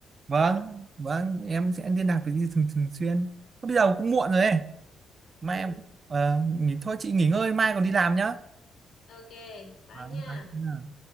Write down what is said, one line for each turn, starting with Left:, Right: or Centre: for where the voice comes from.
Right: vâng
Left: nhá
Right: vâng em sẽ liên lạc với chị thường thường xuyên bây giờ cũng muộn
Left: ok
Right: rồi ấy mai
Left: ừ
Right: em ờ, nghỉ thôi chị nghỉ ngơi mai còn đi làm nhá
Left: ok bye
Right: Vâng,
Left: nha
Right: vâng.